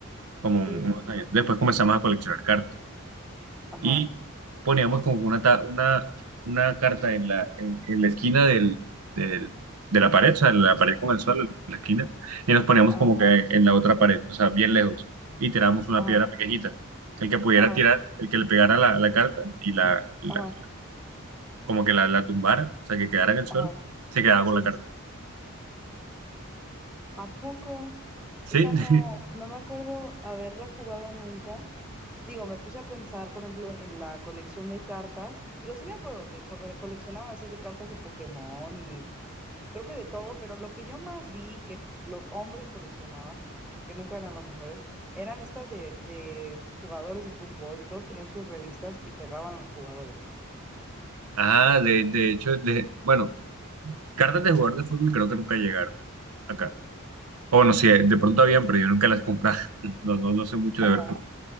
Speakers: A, on the right; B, in the centre.
A: como
B: sí,
A: un- unos años, después comenzamos a coleccionar cartas.
B: ajá.
A: y poníamos como una, ta- una, una carta en la, en, en la esquina del, del- de la pared, o sea, en la pared con el suelo, en la esquina, y nos poníamos
B: Ah,
A: como que en la otra pared, o sea, bien lejos, y tirábamos una
B: Ajá,
A: piedra pequeñita. El que pudiera
B: ajá,
A: tirar, el que le pegara la, la carta y la, la-
B: ajá,
A: como que la, la tumbara, o sea, que quedara en el suelo,
B: ajá,
A: se quedaba
B: sí.
A: con la carta.
B: ¿A poco?
A: ¿Sí?
B: Esa
A: <laughs>
B: no, no me acuerdo haberla jugado nunca. Digo, me puse a pensar, por ejemplo, en la colección de cartas. Digo, sí me acuerdo que co- coleccionaban así de cartas de Pokémon y creo que de todo, pero lo que yo más vi que los hombres coleccionaban, porque nunca eran las mujeres, eran estas de, de jugadores de fútbol y todos tenían sus revistas y pegaban los jugadores.
A: Ah, de, de hecho, de, bueno, cartas de jugador de fútbol creo que nunca llegaron acá. O bueno, sí, de pronto habían, pero yo nunca las compraba. <laughs> No, no, no sé mucho
B: Ajá,
A: de ver